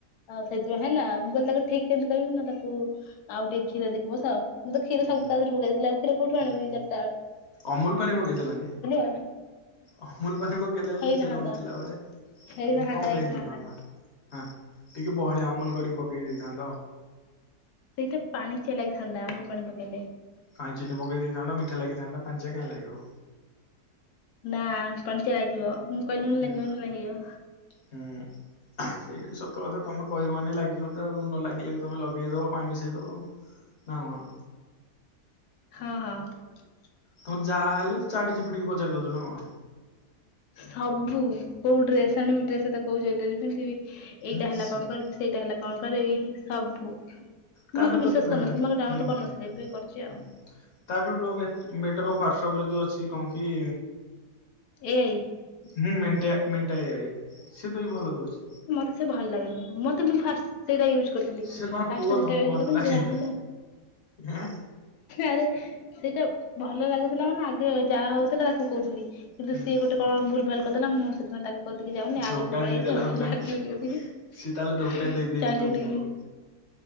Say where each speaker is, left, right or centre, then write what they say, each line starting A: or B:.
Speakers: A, on the left; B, on the left.
A: ଆଉ ସେ ହେଲା ମୁଁ କହିଲି ତାକୁ ଠିକ କେମିତି କରିବି ନା ତାକୁ ଆଉ ଟିକେ କ୍ଷୀର ଦେଇକି ବସାଅ ମୁଁ ତ କ୍ଷୀର
B: ହୁଁ
A: ସବୁ ତାଦେହରେ ପକେଇ ଦେଇଥିଲି ଆଉ କ୍ଷୀର କଉଠୁ
B: ହୁଁ।
A: ଆଣିବି, ରା
B: ଅମୁଲ ପାଣି ପକେଇଦେଲନି।
A: ଆଉ
B: ଅମୁଲ ପାଣି ପକେଇଦେଲେଣି
A: ହେଇନଥାନ୍ତା
B: କ୍ଷୀର ନଥିଲା ବେଳେ
A: ହେଇନଥାନ୍ତା
B: କଣ ପାଈଁ
A: ହେଇନଥାନ୍ତା
B: ହେଇ <unintelligible> ହଁ ଟିକେ ବହଳିଆ ଅମୁଲ କରିକି ପକେଇ ଦେଇଥାନ୍ତ।
A: ସେଇତ ପାଣି ଚିଆ ଲାଗିଥାନ୍ତା ଅମୁଲ ପାଣି ପକେଇଲେ।
B: କାଇଁ ଚିନି ପକେଇ ଦେଇଥାନ୍ତ ମିଠା ଲାଗିଥାନ୍ତା ପାଣିଚିଆ କାଇଁ ଲାଗିବ।
A: ନା ପାଣିଚିଆ ଲାଗିବ, ମୁଁ କହିଲି ମାନେ
B: ହୁଁ
A: ଲାଗିବ ମାନେ ଲାଗିବ।
B: ହୁଁ ସେଇଟା ସତ କଥା ତମେ କହିବ ମାନେ ଲାଗିବ ତ ଆଉ ନ ଲାଗିଲେ ବି ତମେ ଲଗେଇଦବ। ପାଣି ମିଶେଇଦେବ ନା କଣ।
A: ହଁ ହଁ। <unintelligible>
B: ତମର ଯାହା ହେଲେ ଚାର୍ଟଜିପିଟି କୁ ପଚାରି ଦଉଛ ନା କଣ?
A: ସବୁ କୋଉ ଡ୍ରେସ୍ ଆଣିବି ଡ୍ରେସ ତ କୋଉ ଜୁଏଲେରୀ ପିନ୍ଧିବି ଏଇଟା
B: ନିଶ୍ଚୟ।
A: ହେଲା କଣ କରିବି ସେଇଟା ହେଲେ କଣ କରିବି? ସବୁ
B: ତାଠୁ
A: ମୁଁ ଆଗେ
B: ତ
A: ବିଶ୍ୱାସ
B: ବେ
A: କରିନଥିଲି ମୁଁ ଆଗେ ଡାଉନଲୋଡ
B: ହୁଁ ହୁଁ
A: କରିନଥିଲି ଏବେ କରିଛି
B: ହୁଁ
A: ଆଉ।
B: ତାଠୁ ତ ବେଟର ହ୍ଵାଟସପ ରେ ଯୋଉ ଅଛି କଣ କି
A: ଏଆଇ
B: ହଁ ମେଣ୍ଟ ମେଣ୍ଟା ଏ ଆଇ ସିଏ ତ ବି ଭଲ ଦୋଉଛି।
A: ମତେ ସେ ଭଲ ଲାଗେନି, ମତେ ମୁଁ ଫାଷ୍ଟ ସେଇଟା ୟୁଜ କରିଥିଲି
B: ସେ କଣ
A: ଫାଷ୍ଟ
B: ପୁଅ
A: ଯେତେବେଳେ
B: ତମକୁ ଭଲ
A: କରିଥିଲି
B: ଲାଗେନି
A: ଯାହା ହେଲା
B: ଏଁ
A: ଆରେ ସେଇଟା ଭଲ ଲାଗୁଥିଲା ମାନେ ଆଗେ ଯାହା ହୋଉଥିଲା ତାକୁ କହୁଥିଲି। କିନ୍ତୁ
B: ହୁଁ
A: ସିଏ ଗୋଟେ କଣ ଭୂଲ ଭାଲ କରିଦେଲା, ମୁଁ ସେଥିପାଈଁ ତାକୁ କଥିକି ଯାଉନି, ୟା
B: ଧୋକା
A: କଥିକି ପଳେଇ
B: ଦେଇଦେଲା
A: ଆଇଚି ଆଉ।
B: ନାଇଁ
A: <unintelligible>
B: କି? ସିଏ ତାହେଲେ ଧୋକା ଦେଇ ଦେଇଛି ତମକୁ ଆଉ।